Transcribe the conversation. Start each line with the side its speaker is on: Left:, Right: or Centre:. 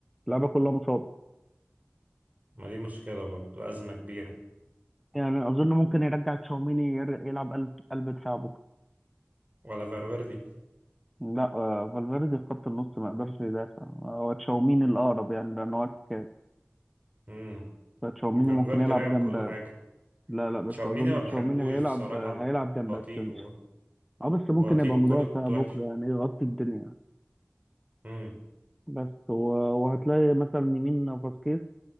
Centre: اللعيبة كلها مصابة
Right: ما دي مشكلة برضو أزمة كبيرة
Centre: يعني اظن ممكن يرجع تشاوميني ير- يلعب قلب قلب دفاع بكرة
Right: ولا فالفيردي
Centre: لا آه، فالفيردي في خط النص ما يقدرش يدافع هو تشاوميني الاقرب يعني لان هو ارتكاز
Right: امم
Centre: فتشاوميني
Right: فالفيردي
Centre: ممكن يلعب
Right: لعب
Centre: جنب
Right: كل حاجة
Centre: لا لا بس
Right: تشاوميني
Centre: اظن
Right: ما بحبوش
Centre: تشاوميني هيلعب
Right: بصراحة
Centre: هيلعب جنب
Right: بطيء
Centre: اسينسيو
Right: و...
Centre: اه بس ممكن
Right: بطيء
Centre: يبقى
Right: وكورته
Centre: مدافع بكره
Right: وحشة
Centre: يعني يغطي الدنيا
Right: امم
Centre: بس و... وهتلاقي مثلا يمين فاسكيز